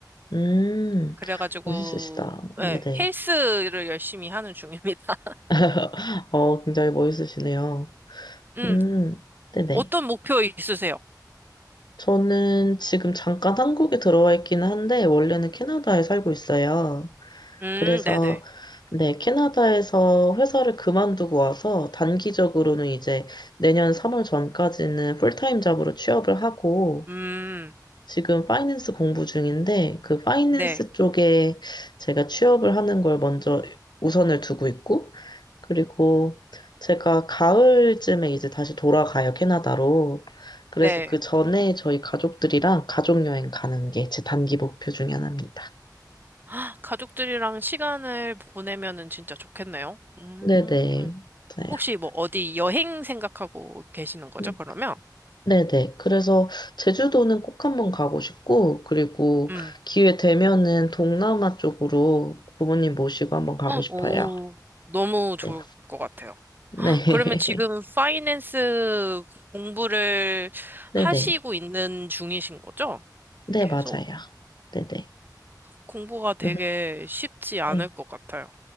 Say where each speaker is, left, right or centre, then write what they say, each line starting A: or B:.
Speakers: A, on the left (about 75°); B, on the right (about 25°).
A: 음,
B: 그래가지고,
A: 멋있으시다.
B: 예,
A: 네네.
B: 헬스를 열심히 하는 중입니다. <laughs>
A: <laughs> 어, 굉장히 멋있으시네요.
B: 음,
A: 음, 네네.
B: 어떤 목표 있으세요?
A: 저는 지금 잠깐 한국에 들어와 있기는 한데, 원래는 캐나다에 살고 있어요.
B: 음,
A: 그래서,
B: 네네.
A: 네, 캐나다에서 회사를 그만두고 와서, 단기적으로는 이제 내년 3월 전까지는 풀타임 잡으로 취업을 하고,
B: 음,
A: 지금 파이낸스 공부 중인데 그 파이낸스
B: 네,
A: 쪽에 제가 취업을 하는 걸 먼저 우선을 두고 있고 그리고 제가 가을쯤에 이제 다시 돌아가요, 캐나다로. 그래서
B: 네.
A: 그 전에
B: <gasps>
A: 저희 가족들이랑 가족 여행 가는 게 제 단기 목표 중에 하나입니다.
B: 아, 가족들이랑 시간을 보내면은 진짜 좋겠네요. 음,
A: 네네. 맞아요.
B: 혹시 뭐 어디 여행 생각하고 계시는 거죠,
A: 네-
B: 그러면?
A: 네네. 그래서 제주도는 꼭 한번 가고 싶고, 그리고
B: 음,
A: 기회 되면은 동남아 쪽으로 부모님 모시고 한번 가고 싶어요.
B: 오, 너무 좋을
A: 네.
B: 것 같아요.
A: 네.
B: 그러면 지금
A: <laughs>
B: 파이낸스 공부를
A: 네네.
B: 하시고 있는 중이신 거죠?
A: 네,
B: 계속
A: 맞아요. 네네.
B: 공부가 되게
A: 음,
B: 쉽지 않을
A: 네.
B: 것 같아요.